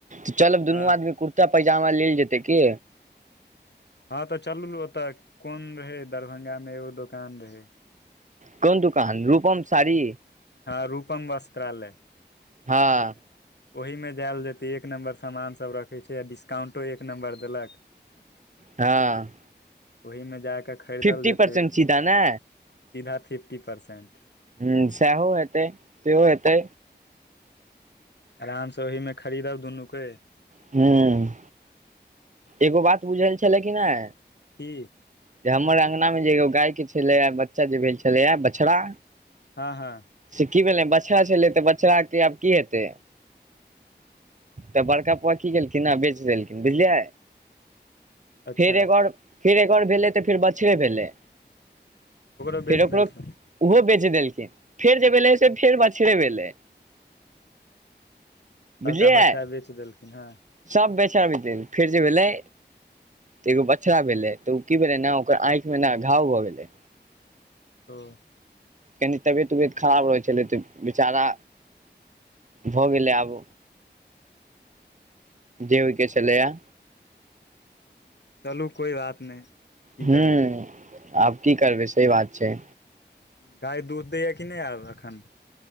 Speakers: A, on the right; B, on the left.
A: चलब
B: हँ
A: दुनू आदमी कुर्ता पैजामा लेल जेतै की
B: हँ तऽ चलू न ओतय कोन रहै दरभंगामे एगो दोकान रहै
A: कोन दूकान रूपम साड़ी
B: हँ रूपम वस्त्रालय
A: हँ
B: ओहीमे जायल जेतै एक नंबर सामान सब रखै छै आ डिस्काउंटो एक नंबर देलक
A: हँ
B: ओहिमे जा कऽ खरीदल
A: फिफ्टी
B: जेतै
A: परसेंट
B: सीधा
A: सीधा ने
B: फिफ्टी परसेंट
A: ह्म सैहो हेतै सेहो हेतै
B: आराम से ओहिमे खरीदब दुनूके
A: हँ एगो बात बुझल छलै कि नहि
B: की
A: जे हमर अंगना मे जे एगो गाय के छलैयाबच्चा जे भेल छलैया बछड़ा
B: हँ हँ
A: से की भेलै बछड़ा छलै तऽ बछड़ा के आब की हेतै तऽ बड़का पपा की केलखिन आ बेच लेलखिन बुझलियै
B: अच्छा
A: फेर एगो और फेर एगो और भेलै तऽ फेर बछड़े भेलै
B: बेच
A: फेर ओकरो
B: देलखिन
A: ओहो बेच देलखिन फेर जे भेलै से फेर बछड़े भेलै
B: सबटा
A: बुझलियै
B: बछड़ा बेच देलखिन हँ
A: सब बेचब देल फेर जेबै लै तऽ एगो बछड़ा भेलै तऽ उ की भेलै ने ओकर आँइखमे मे घाव भऽ गेलै
B: हं
A: कनि तबियत उबियत खराब रहै छलै तऽ बेचारा भऽ गेलै आब जे होइके छलैए
B: चलू कोइ बात नहि की
A: हू
B: करबै
A: ंआब की करबै सेह बात छै
B: गाए दूध दैया कि नहि आब अखन